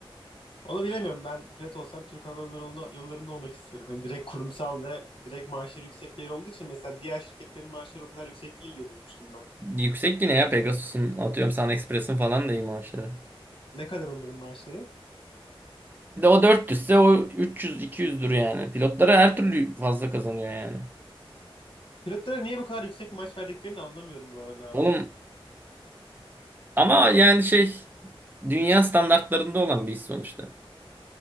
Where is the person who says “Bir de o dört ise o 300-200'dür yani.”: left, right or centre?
Right